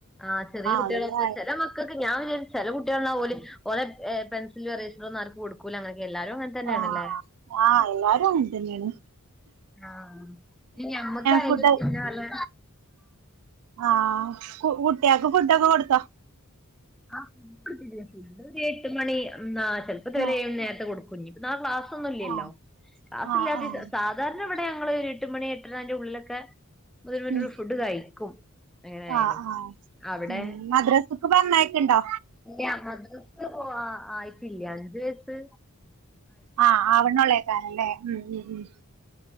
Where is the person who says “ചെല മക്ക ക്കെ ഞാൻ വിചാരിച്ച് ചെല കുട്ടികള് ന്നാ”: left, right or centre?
Centre